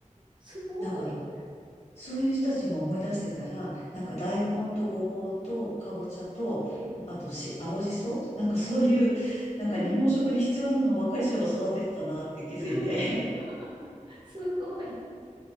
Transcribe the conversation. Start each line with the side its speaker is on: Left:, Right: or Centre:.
Right: すごい。
Left: なんかそういう人たちも思い出してたら、なんか大根とごぼうとかぼちゃと、
Right: うん、うん。
Left: あとし、青じそなんかそういう、
Right: お
Left: なんか日本食に必要なものばっかりそういえば育ててたなって気づいて。
Right: <laughs> <laughs> すごい。